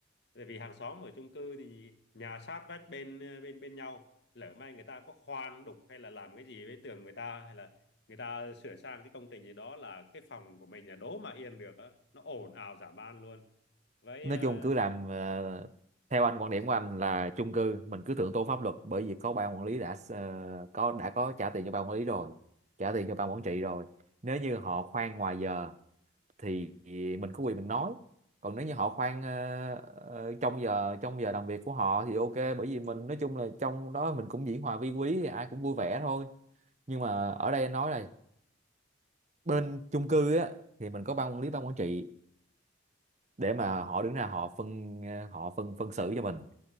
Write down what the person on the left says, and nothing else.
tại vì hàng xóm ở chung cư thì nhà sát vách bên bên bên nhau lỡ may người ta có khoan đục hay là làm cái gì với tường người ta hay là người ta sửa sang cái công trình gì đó là cái phòng của mình là đố mà yên được á nó ồn ào dã man luôn với
ờ,
ừ,